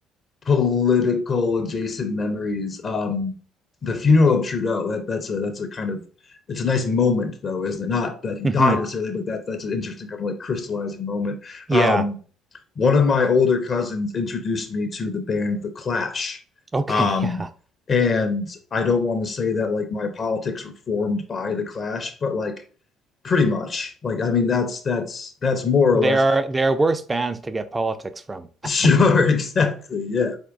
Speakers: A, on the left (about 40°); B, on the right (about 20°).
A: political adjacent memories. Um, the funeral of Trudeau. That that's a that's a kind of it's a nice moment though, isn't it? Not that he died
B: mhm.
A: necessarily, but that that's an interesting kind of like crystallizing moment.
B: Yeah.
A: Um, one of my older cousins introduced me to the band The Clash.
B: Okay.
A: Um,
B: <laughs> Yeah.
A: and I don't want to say that like my politics were formed by The Clash, but like pretty much. Like I mean that's that's that's more or
B: There
A: less
B: are there are worse bands to get politics from.
A: <laughs> sure,
B: <laughs>
A: exactly. Yeah.